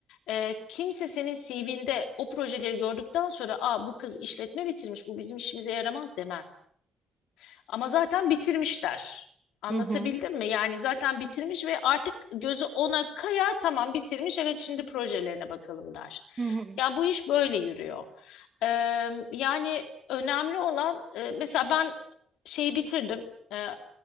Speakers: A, on the left; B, on the right.
A: E, kimse senin CV'nde o projeleri gördükten sonra Aa, bu kız işletme bitirmiş bu bizim işimize yaramaz demez. Ama zaten bitirmişler. Anlatabildim
B: hı hı,
A: mi? Yani zaten bitirmiş ve artık gözü ona kayar tamam bitirmiş evet şimdi projelerine bakalım der.
B: hı hı.
A: Ya bu iş böyle yürüyor. Ee, yani önemli olan e, mesela ben şeyi bitirdim. Ee,